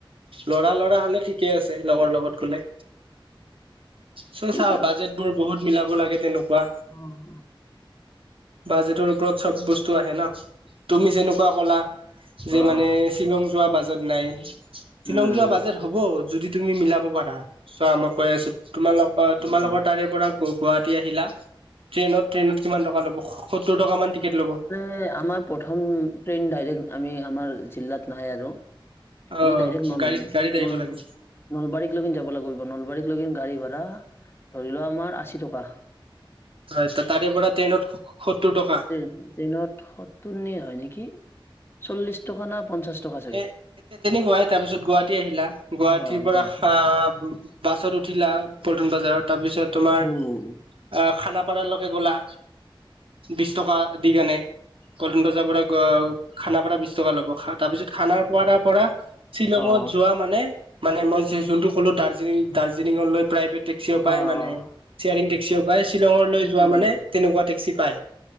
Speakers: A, on the right; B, on the left.
A: লৰা লৰা হলে ঠিকে আছে লগৰ লগত গলে। চ'
B: ঠিক
A: চাও বাজেট বোৰ বহুত মিলাব লাগে তেনেকুৱা।
B: অঁ।
A: বাজেটৰ ওপৰত চব বস্তু আহে ন তুমি যেনেকুৱা ক'লা যে
B: অ
A: মানে
B: অ
A: শ্বিলং যোৱা বাজেট নাই শ্বিলং
B: উম
A: যোৱা বাজেট হ'ব যদি তুমি মিলাব পাৰা, চোৱা মই কৈ আছো তোমালোক
B: অ'।
A: তোমালোকৰ
B: উম,
A: তাৰে পৰা গুৱাহাটী আহিলা ট্ৰেইনত ট্ৰেইনত কিমান টকা ল'ব সত্তৰ টকা মান টিকট ল'ব।
B: এ আমাৰ প্ৰথম ট্ৰেইন ডাইৰেক্ট আমি আমাৰ জিলাত নাহে আৰু
A: অ
B: আমি ডাইৰেক্ট নল
A: গাড়ীত গাড়ীত আহিব
B: নল
A: লাগে
B: নলবাৰীকলৈকে যাব লাগিব নলবাৰীকলৈকে গাড়ী ভাড়া ধৰি লোৱা আমাৰ আশী টকা,
A: হয় তাৰে পৰা ট্ৰেইনত সত্তৰ টকা।
B: উম ট্ৰেইনত সত্তৰ নে হয় নেকি। চল্লিশ টকা না পঞ্চাশ টকা চাগে
A: এ তে তেনেকুৱাই তাৰ পিছত গুৱাহাটী আহিলা গুৱাহাটীৰ
B: অ',
A: পৰা
B: গুৱাহাটী।
A: হা বাছত উঠিলা পল্টন বজাৰত তাৰপিছত তোমাৰ
B: উম
A: আহ খানাপাৰালৈকে গ'লা বিশ টকা দি কেনে। পল্টন বজাৰ পৰা খানাৰ পৰা বিশ টকা ল'ব তাৰ পিছত খানাপাৰাৰ তাৰ পৰা শ্বিলঙত
B: অ',
A: যোৱা মানে মানে মই যোনটো ক'লো দাৰ্জিলি দাৰ্জিলিঙলৈ প্ৰাইভেট টেক্সিও পাই
B: অ',
A: মানে চেয়াৰিং টেক্সিও পায় শ্বিলঙলৈ
B: উম,
A: যোৱা মানে তেনেকুৱা টেক্সি পায়।